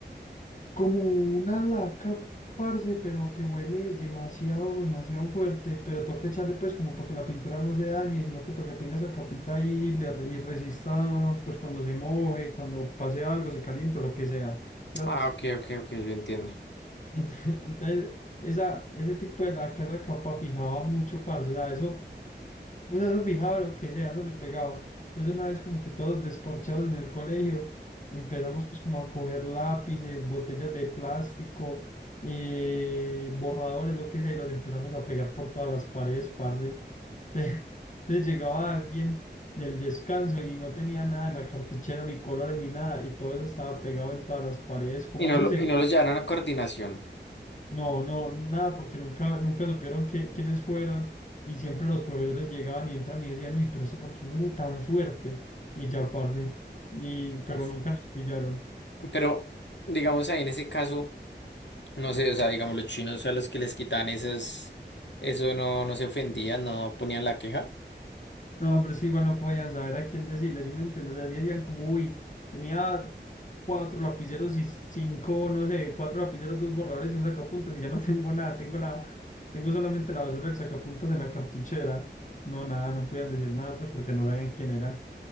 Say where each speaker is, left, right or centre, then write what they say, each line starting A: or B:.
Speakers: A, on the left; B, on the left.
A: Como una laca, parce, pero que huele demasiado, demasiado fuerte, pero toca echarle pues como para que la pintura no se dañe, sino que para que tenga esa capita ahí y, le re- y resista pues cuando se moje, cuando pase algo, se caliente o lo que sea, ¿cierto?
B: Ah, ok, ok, ok, yo entiendo.
A: <laughs> Entonces, esa, ese tipo de laca, esa capa fijaba mucho, parce, o sea, eso Vos eso fijado lo que sea, eso le pegaba. Entonces una vez como que todos desparchados en el colegio, empezamos pues como a coger lápices, botellas de plástico, eh, borradores, lo que sea, y los empezamos a pegar por todas las paredes, parce. <laughs> Entonces llegaba alguien del descanso y no tenía nada en la cartuchera, ni colores, ni nada, y todo eso estaba pegado en todas las paredes. Como
B: Y no
A: eso
B: lo,
A: se
B: y no lo llevaron a coordinación.
A: no, no, nada, porque nunca, nunca supieron qué- quiénes fueron y siempre los proveedores llegaban y entran y decían, uy, pero eso ¿por qué huele tan fuerte? Y ya, parce, y, pero
B: Uf,
A: nunca nos pillaron.
B: pero digamos ahí en ese caso. No sé, o sea, digamos, los chinos a los que les quitan esas eso no, no se ofendían, no ponían la queja.
A: No, pero es que igual no podían saber a quién decirles, ¿sí me entiendes? Así decían como, uy, tenía cuatro lapiceros y cinco, no sé, cuatro lapiceros, dos borradores y un sacapuntas y ya no <laughs> tengo nada, tengo la, tengo solamente la basura del sacapuntas en la cartuchera. No, nada, no podían decir nada, pues porque no sabían quién eran.